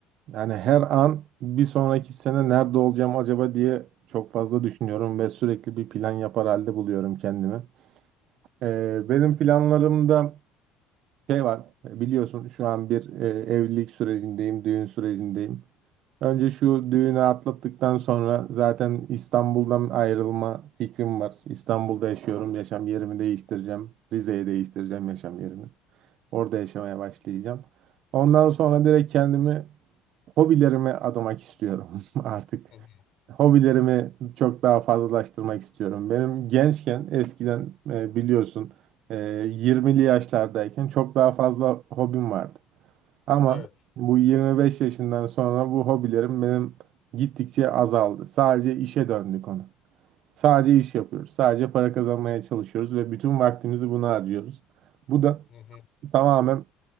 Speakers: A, on the right (about 55°); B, on the left (about 45°).
A: yani her an bir sonraki sene nerede olacağım acaba diye çok fazla düşünüyorum ve sürekli bir plan yapar halde buluyorum kendimi. E, benim planlarımda şey var biliyorsun şu an bir e, evlilik sürecindeyim, düğün sürecindeyim. Önce şu düğünü atlattıktan sonra zaten İstanbul'dan ayrılma fikrim var. İstanbul'da yaşıyorum, yaşam yerimi değiştireceğim. Rize'ye değiştireceğim yaşam yerimi. Orada yaşamaya başlayacağım. Ondan sonra direkt kendimi hobilerime adamak istiyorum <laughs> artık.
B: Hı hı.
A: Hobilerimi çok daha fazlalaştırmak istiyorum. Benim gençken eskiden e, biliyorsun e, 20'li yaşlardayken çok daha fazla hobim vardı. Ama
B: Evet.
A: bu 25 yaşından sonra bu hobilerim benim gittikçe azaldı. Sadece işe döndü konu. Sadece iş yapıyoruz. Sadece para kazanmaya çalışıyoruz ve bütün vaktimizi buna harcıyoruz. Bu da
B: Hı hı.
A: tamamen